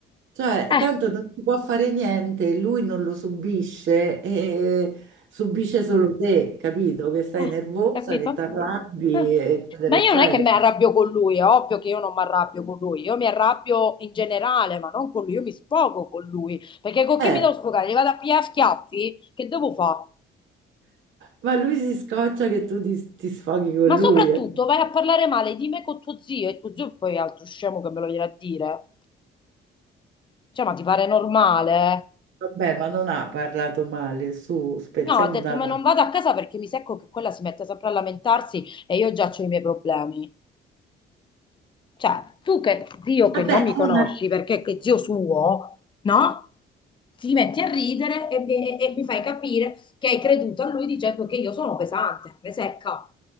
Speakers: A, on the right; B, on the left.
A: Cioè,
B: Eh.
A: tanto non si può fare niente, lui non lo subisce e subisce solo te, capito? Che stai
B: Eh,
A: nervosa,
B: capito?
A: che ti arrabbi,
B: Mm.
A: eccetera,
B: Ma
A: eccetera.
B: io non è che mi arrabbio con lui, è ovvio che io non mi arrabbio con lui, io mi arrabbio in generale, ma non con lui, io mi sfogo con lui, perché con
A: Eh,
B: chi mi devo sfogare? Gli vado a pigliare a schiaffi? Che devo fare?
A: ma lui si scoccia che tu ti, ti sfoghi con
B: Ma
A: lui.
B: soprattutto
A: eh.
B: vai a parlare male di me con tuo zio e tuo zio poi è altro scemo che me lo viene a dire. Cioè, ma ti pare normale?
A: Vabbè, ma non ha parlato male, su, spezziamo
B: No, ha detto,
A: una lancia.
B: ma non vado a casa perché mi secco che quella si mette sempre a lamentarsi e io già ho i miei problemi. Cioè, tu che zio che
A: Vabbè,
B: non mi conosci
A: è una,
B: perché che zio suo, no? Ti metti a ridere e, mi e mi fai capire che hai creduto a lui dicendo che io sono pesante, me secca.